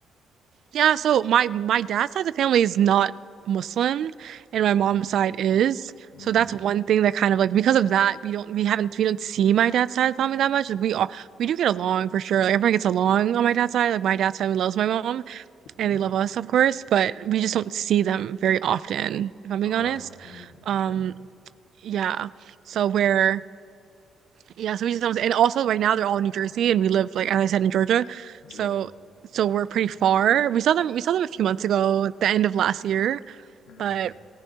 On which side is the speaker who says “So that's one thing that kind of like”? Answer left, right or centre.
Right